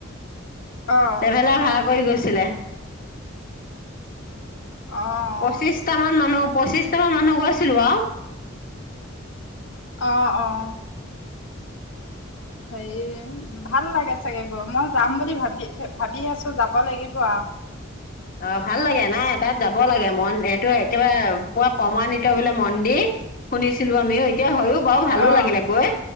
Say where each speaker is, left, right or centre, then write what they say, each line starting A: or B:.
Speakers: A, on the left; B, on the left.
A: অ',
B: ট্ৰেভেলাৰ ভাড়া কৰি গৈছে। চিলে
A: অ',
B: পঁচিচটা মান মানুহ পঁচিচটামান মানুহ গৈছিলো আৰু
A: অ ' অ ' সেয়ে ভাল লাগে। চাগে গৈ মই যাম বুলি ভাবি -ভাবি আছো যাব লাগিব আওঁ।
B: অ'ভাল লাগে নাই তাত যাব লাগে ।মন সেইটো একেবাৰে পুৰা প্ৰমাণিত বোলে মন্দিৰ, শুনিছিলো আমিও এতিয়া হয়। বাৰু ভালো
A: অ',
B: লাগিলে গৈ।